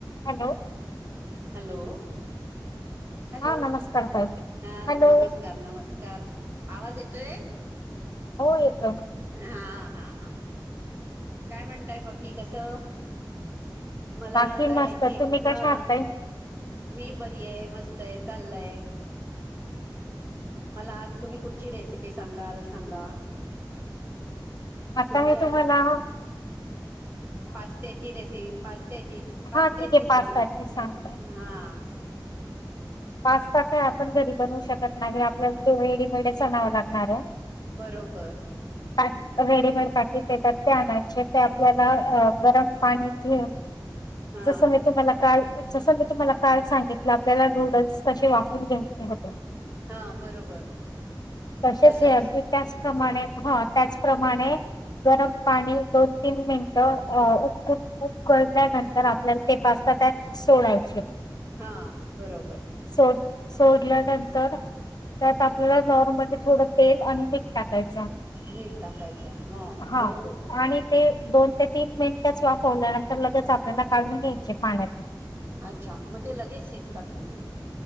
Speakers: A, on the left; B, on the right.
A: Hello
B: hello hello
A: हा नमस्कार ताई
B: हां
A: हॅलो
B: नमस्कार नमस्कार कार आवाज येतोय?
A: हो येतोय.
B: हा हा हा काय म्हणताय बाकी कसं? मला
A: बाकी
B: त
A: मस्त
B: ह्याची
A: तुम्ही
B: हा
A: कशा आहात ताई
B: मी बरी आहे मस्त आहे चाललंय. मला आज तुम्ही कुठची रेसिपी सांगाल सांगा?
A: आता
B: तुमच्या
A: मी तुम्हांला
B: <inaudible> पास्त्याची रेसिपी पास्त्याची पास्त्याची
A: हा ठीक आहे
B: सांग
A: पास्ताची सांगता
B: हा.
A: पास्ता कायआपण घरी बनवू शकत नाही आपल्याला ते रेडीमेडच आणावं लागणार हो
B: बरोबर
A: काय रेडीमेड पॅकेट येतात ते आणायचे ते आपल्याला गरम पाणी घेऊन
B: हा
A: जस मी तुम्हाला काल जस मी तुम्हाला काल सांगितलं आपल्याला नूडल् स् अशे वाफवून घ्यायचे होते
B: हा बरोबर
A: तशेच
B: तसच
A: हे अगदी त्याचप्रमाणे ह त्याचप्रमाणे गरम पाणी दोन तीन मिनटं उक ऊकळल्यानंतर आपल्याला ते पास्ता त्यात सोडायचे.
B: हा बरोबर
A: सोड सोडल्यानंतर त्यात आपल्याला नॉर्मली थोडं तेल आणि मीठ टाकायचं.
B: मीठ टाकायचं
A: हा
B: बरोबर
A: आणि ते दोन ते तीन मिनीट च वाफवल्यानंतर लगेच आपल्याला काढून घ्यायचे पाण्यातून
B: अच्छा मग ते लगेच शिजतात म्हणजे